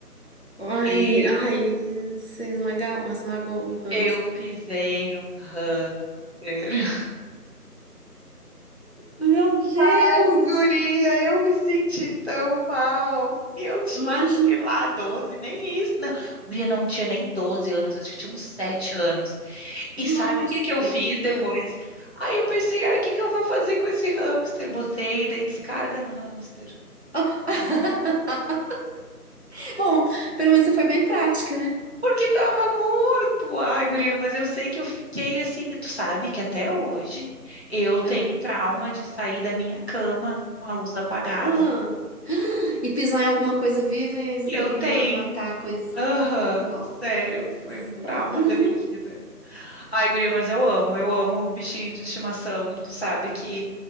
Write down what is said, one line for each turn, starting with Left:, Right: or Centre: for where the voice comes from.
Left: Ai,
Right: Eu,
Left: ai, você esmaga, esmagou o hamster.
Right: eu pisei num hamster. <laughs>
Left: Meu Deus!
Right: Ai,
Left: do
Right: guria,
Left: c-
Right: eu me senti tão mal. E Eu tinha,
Left: Imagina!
Right: sei lá, 12, nem isso. Não, guria não tinha nem doze anos, acho que tinha uns 7 anos.
Left: Nossa!
Right: E sabe o que que eu fiz depois?
Left: Ah.
Right: Aí eu pensei, ai, o que que eu vou fazer com esse hamster? Botei, dei descarga no hamster.
Left: Ah. <laughs> Bom, pelo menos você foi bem prática, né?
Right: Porque tava morto. Ai, guria, mas eu sei que eu fiquei assim. e Tu sabe que até hoje eu tenho
Left: aham.
Right: trauma de sair da minha cama com a luz apagada.
Left: Hum. E pisar em alguma coisa viva e,
Right: Eu tenho.
Left: e ma- matar a coisa.
Right: Aham,
Left: Nossa
Right: sério, foi
Left: Senhora.
Right: um trauma
Left: Uhum.
Right: da minha vida. Ai, guria, mas eu amo, eu amo bichinho de estimação. Tu sabe que